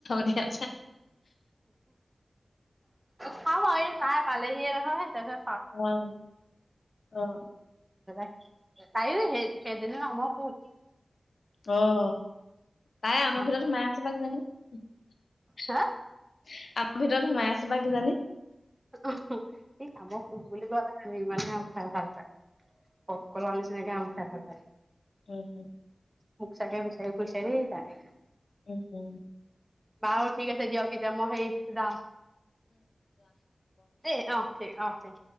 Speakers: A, on the left; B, on the right.
A: নিয় আ।
B: খাব হৰি তাই পালেহিয়ে নহয় তত।
A: অ' অ'
B: <unintelligible> তাই হেই <unintelligible>
A: অহ তাই আমাৰ
B: আম
A: ভিতৰত সোমাই আছে বা কিজানি। আমাৰ
B: হা
A: ভিতৰত সোমাই আছে বা কিজানি
B: উমহু আম পোক বুলি কয় ইমানে আম খাই ভাল পায় পগলা নিচিনা আম খাই ভাল পাই।
A: উম হম
B: সচাকে বিচাৰি ফুৰিছে দেই তাই
A: উহ
B: বাৰ ঠিক আছে দিয়ক তেতিয়া মই সেই যাওঁ এ অহ অহ